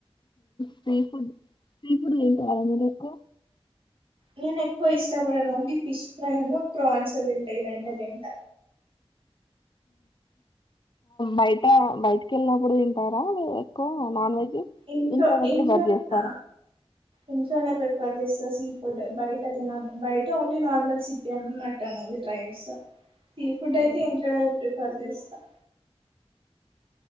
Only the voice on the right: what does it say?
నను ఎక్కువ ఇష్టపడడంంది ఫిష్ ఫ్రై ప్రోన్స్ అదింట ఈ రండ అదింట
ఇంట్లో
ఇంట్లో
ఆ ఇంట్లోనే ప్రిఫర్ చేస్తా సీ ఫుడ్ బయట అద బయట ఓన్లీ నార్మల్ చికెన్ మటన్ అవి ట్రై చేస్తా సీ ఫుడ్
అయితే ఇంట్లోనే ప్రిఫర్ చేస్తా